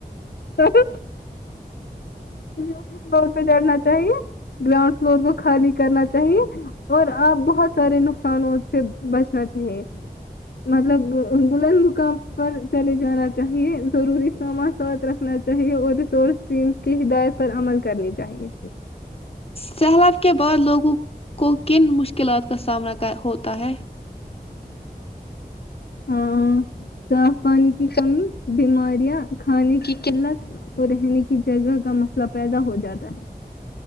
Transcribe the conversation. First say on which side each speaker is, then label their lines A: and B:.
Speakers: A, on the left; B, on the left.
A: صحی اسی فلور پہ چڑنا چاہیے گراؤنڈ فلور کو خالی کرنا چاہیے اور آپ بہت سارے نقصانوں سے بچنا چاہیے مطلب بلند مکام پر چلے جانا چاہیے ضروری سامان ساتھ رکھنا چاہیے اور رسس اسٹمس کی ہدایت پر عمل کرنی چاہیے
B: سیلاب کے بعد لوگوں کو کن مشکلات کا سامنا ہوتا ہے
A: ہاں صاف پانی کی کمی بیماریاں کھانے کی قلت وہ رہنے کی جگہ کا مسئلہ پیدا ہو جاتا ہے